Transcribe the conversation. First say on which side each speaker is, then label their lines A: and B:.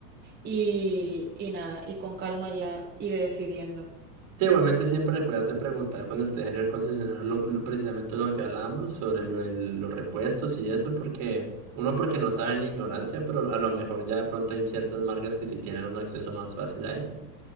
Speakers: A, on the right; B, on the right.
A: Y, y nada, y con calma ya iré decidiendo.
B: Sí, igualmente siempre recuérdate preguntar cuando estés en el concesionario lo, lo- precisamente lo que hablábamos sobre lo, del- los repuestos y eso, porque uno porque no sabe en la ignorancia, pero a lo mejor ya de pronto hay ciertas marcas que sí tienen un acceso más fácil a eso.